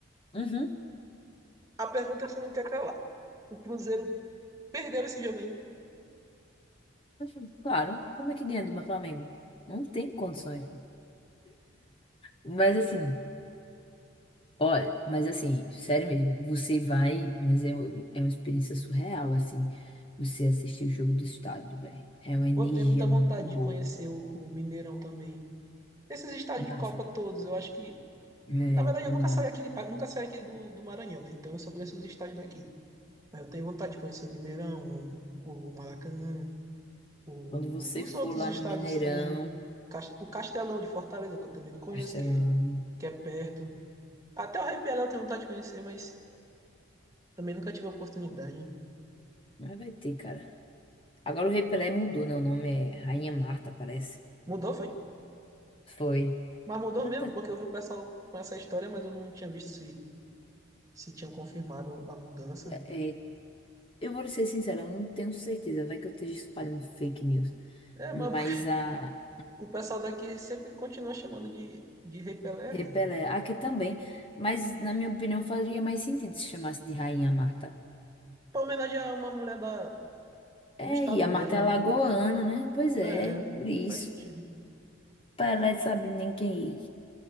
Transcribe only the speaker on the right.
A pergunta que você não quer calar. O Cruzeiro perdeu esse jogo ainda.
Pô, tenho muita vontade
de conhecer o, o Mineirão também. Esses estádios
de Copa todos, eu acho que.
Na verdade, eu
nunca
saí aqui, ah, nunca saí aqui do, do Maranhão, né? Então eu só conheço os estádios daqui. Mas eu tenho vontade de conhecer o Mineirão, o, o Maracanã. O-
os
outros
estádios
também. Cas- O Castelão de Fortaleza, que eu também não conheço,
que é, que é perto. Até o Rei Pelé eu tenho vontade de conhecer, mas também nunca tive a oportunidade.
Mudou, foi?
Mas mudou
mesmo, porque eu vi o pessoal com essa história, mas eu não tinha visto se, se tinham confirmado a mudança.
É, mas
<laughs>
o pessoal daqui sempre continua chamando de, de Rei Pelé
ainda.
Pra homenagear uma mulher da,
do estado
mesmo,
né?
É,
faz sentido.